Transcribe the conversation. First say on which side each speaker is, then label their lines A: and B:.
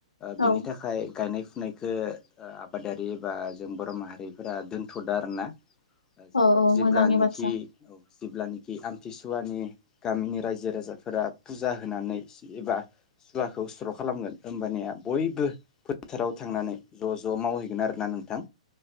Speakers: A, on the left (about 80°); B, on the left (about 20°).
A: औ
B: बिनि थाखाय गायनाय। बेखो आबादारि एबा जों बर' माहारिफोरा दोनथ'दों आर ना? जों
A: औ औ
B: जेब्लाानोखि
A: मोजांनि बाथ्रा
B: औ। जेब्लानोखि आमथिसुवानि गामिनि रायजो राजाफोरा फुजा होनानै एबा सुवाखौ स्र' खालामगोन होमबानिया बयबो फोथाराव। थांनानै ज' ज' मावहैगोन आरोना नोंथां।